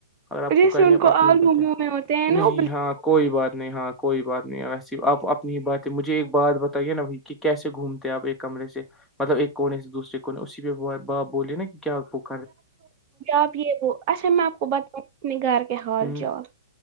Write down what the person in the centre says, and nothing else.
اگر آپ
کو کہنے
اپنی
باتیں
نہیں
ہاں کوئی بات نہیں ہاں کوئی بات نہیں ویسے آپ اپنی بات مجھے ایک بات بتائیے نا بھائی کہ کیسے گھومتے ہیں آپ ایک کمرے سے مطلب ایک کونے سے دوسرے <unintelligible> اسی پہ با بوولے نا کہ کیا بک <unintelligible>
ہ